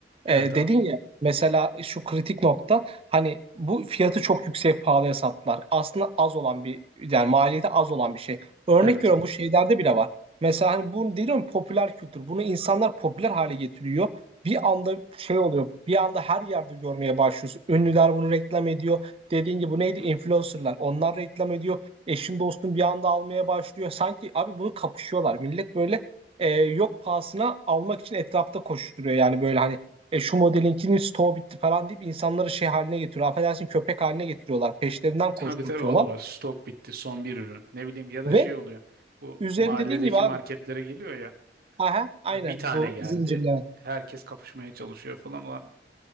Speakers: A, on the right; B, on the right.
A: E,
B: Evet abi.
A: dedin ya mesela şu kritik nokta hani bu fiyatı çok yüksek pahalıya sattılar. Aslında az olan bir yani maliyeti az olan bir şey. Örnek
B: Evet.
A: veriyorum bu şeylerde bile var. Mesela hani bunu diyorum popüler kültür. Bunu insanlar popüler hale getiriyor. Bir anda şey oluyor. Bir anda her yerde görmeye başlıyorsun. Ünlüler bunu reklam ediyor. Dediğin gibi bu neydi? Influencerlar. Onlar reklam ediyor. Eşin dostun bir anda almaya başlıyor. Sanki abi bunu kapışıyorlar. Millet böyle e, yok pahasına almak için etrafta koşturuyor. Yani böyle hani e, şu modelinkinin stoğu bitti falan deyip insanları şey haline getiriyor. Affedersin köpek haline getiriyorlar. Peşlerinden
B: <laughs>
A: koşturtuyorlar.
B: Tabii tabii o da var. Stok bitti. Son bir ürün. Ne bileyim ya da
A: Ve
B: şey oluyor. Bu
A: üzerinde
B: mahalledeki
A: dediğin gibi abi
B: marketlere geliyor ya.
A: aha aynen
B: Bir tane
A: bu
B: geldi.
A: zincirler
B: Herkes kapışmaya çalışıyor falan. Ulan